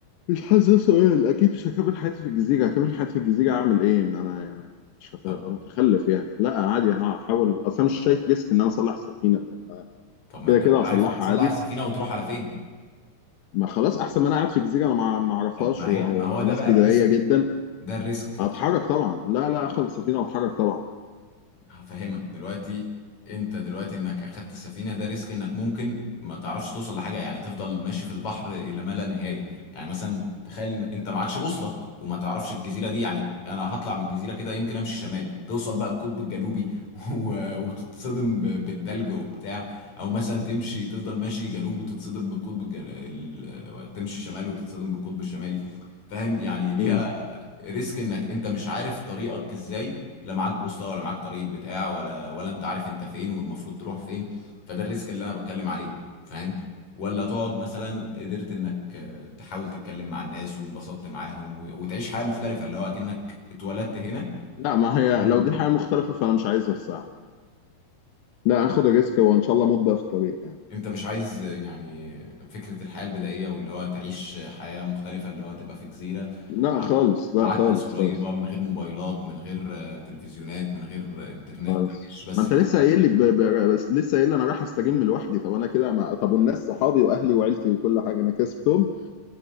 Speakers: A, on the left; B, on the left.
A: مش حاسس ده سؤال اكيد مش هكمل حياتي في الجزيره هكمل حياتي في الجزيره اعمل ايه ما انا يعني مش هبقى
B: طب
A: متخلف يعني لا عادي هحاول اصل انا مش شايف ريسك ان انا اصلح السفينه طب ما
B: طب ما
A: كده
B: انت
A: كده
B: مش
A: هصلحها
B: عارف هتصلح
A: عادي
B: السفينة وتروح على فين
A: ما خلاص احسن ما انا قاعد في جزيره انا ما ما اعرفهاش
B: طب ما هي
A: ومع
B: ما هو ده
A: ناس
B: بقى
A: بدائيه
B: الريسك
A: جدا
B: ده الريسك
A: هتحرك طبعا لا لا اخد السفينه واتحرك طبعا
B: هفهمك دلوقتي انت دلوقتي انك اخدت السفينه ده ريسك انك ممكن ما تعرفش توصل لحاجه يعني تفضل ماشي في البحر الى ما لا نهايه يعني مثلا تخيل ان انت معكش بوصله وما تعرفش الجزيره دي يعني انا هطلع من الجزيره كده يمكن امشي شمال توصل بقى القطب الجنوبي <laughs> و- وتتصدم ب- بالتلج وبتاع او مثلا تمشي تفضل ماشي جنوب وتتصدم بالقطب الجن... ال... تمشي شمال وتتصدم بالقطب الشمالي فاهم يعني ليها
A: مم.
B: ريسك انك انت مش عارف طريقك ازاي لا معاك بوصله ولا معاك طريقه بتاع ولا ولا انت عارف انت فين والمفروض تروح فين فده الريسك اللي انا بتكلم عليه فاهم ولا تقعد مثلا قدرت انك آه، تحاول تتكلم مع الناس وانبسطت معاهم و- وتعيش حياه مختلفه اللي هو اكنك اتولدت هنا
A: لا ما هي
B: اول
A: لو
B: وجديد
A: دي حاجة مختلفة فأنا مش عايزها الصراحة لا آخد ريسك وإن شاء الله أموت بقى في الطريق يعني
B: انت مش عايز آه، يعني فكره الحياه البدائيه واللي هو تعيش حياه مختلفه اللي هو تبقى في جزيره
A: لا
B: معاك
A: خالص لا
B: معاك
A: خالص
B: ناس قريبه
A: خالص
B: من غير موبايلات من غير آه، تلفزيونات من غير آه، انترنت
A: خالص
B: تعيش بس
A: ما أنت
B: مع
A: لسه
B: الناس
A: قايل لي ب... ب... بس لسه قايل لي أنا رايح أستجم لوحدي طب أنا كده ما... طب والناس صحابي وأهلي وعيلتي وكل حاجة أنا كسبتهم